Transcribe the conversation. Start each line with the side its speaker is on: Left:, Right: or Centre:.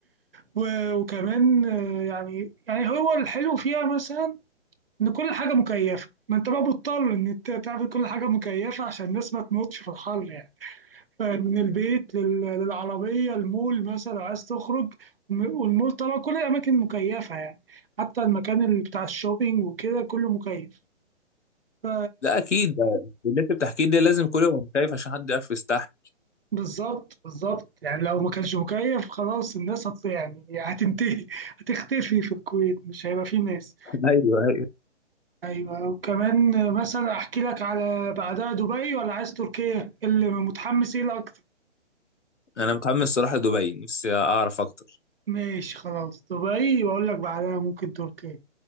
Right: و- وكمان آه، يعني يعني هو الحلو فيها مثلا إن كل حاجة مكيفة ما أنت بقى مضطر إن أنت تعمل كل حاجة مكيفة عشان الناس ما تموتش في الحر يعني فمن البيت لل- للعربية المول مثلا لو عايز تخرج والم- والمول طبعا كل الأماكن مكيفة يعني حتى المكان اللي بتاع الشوبينج وكده كله مكيف ف
Left: لا اكيد ده اللي انت بتحكيه ده لازم كل يوم خايف عشان حد يعرف يستحمل
Right: بالظبط بالظبط يعني لو ما كانش مكيف خلاص الناس هت يعني هتنتهي هتختفي في الكويت مش هيبقى فيه ناس
Left: <laughs> ايوه ايوه
Right: ايوه وكمان مثلا احكي لك على بعدها دبي ولا عايز تركيا اللي متحمس ايه الاكتر
Left: انا متحمس الصراحه لدبي نفسي اعرف اكتر
Right: ماشي خلاص دبي واقول لك بعدها ممكن تركيا